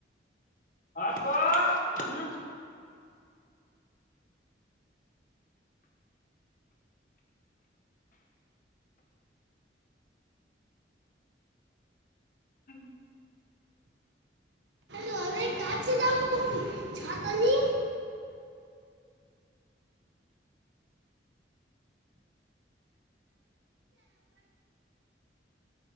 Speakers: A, on the left; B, on the right.
A: ह तो ह
B: का जाऊ छातनी